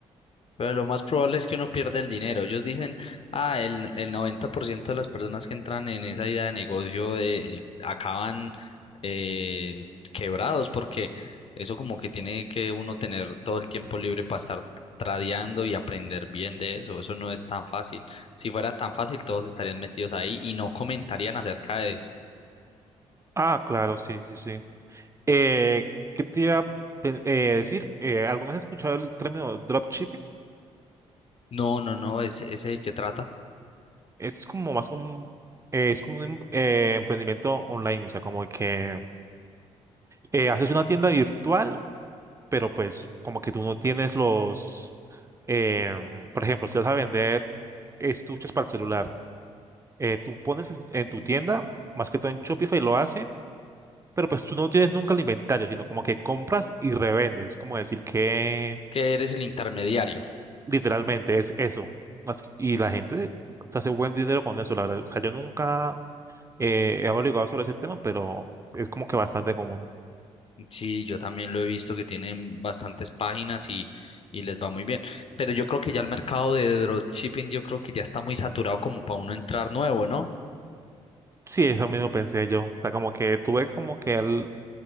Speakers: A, on the left (about 40°); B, on the right (about 20°).
A: Pero lo más probable es que uno pierda el dinero. Ellos dicen, ah, el, el 90% de las personas que entran en esa idea de negocio eh, acaban eh, quebrados porque eso como que tiene que uno tener todo el tiempo libre para estar tradeando y aprender bien de eso. Eso no es tan fácil. Si fuera tan fácil, todos estarían metidos ahí y no comentarían acerca de
B: Ah, claro, sí, sí, sí. Eh, ¿qué te iba a pe- eh, decir? Eh, ¿alguna vez has escuchado el término dropshipping?
A: No, no, no, ese, ese es el que trata.
B: Es como más como, eh, es como un em- eh, emprendimiento online, o sea, como que eh, haces una tienda virtual pero pues como que tú no tienes los, em, por ejemplo, si vas a vender estuches para el celular, eh, tú pones en, en tu tienda, más que todo en Shopify lo hacen, pero pues tú no tienes nunca el inventario, sino como que compras y revendes, es como decir que
A: que eres el intermediario.
B: literalmente es eso. Más que- y la gente se hace buen dinero con eso, la verdad. O sea, yo nunca eh, he averiguado sobre ese tema, pero es como que bastante común.
A: Sí, yo también lo he visto que tienen bastantes páginas y, y les va muy bien. Pero yo creo que ya el mercado de dropshipping, yo creo que ya está muy saturado como para uno entrar nuevo, ¿no?
B: Sí, eso mismo pensé yo. O sea, como que tuve como que el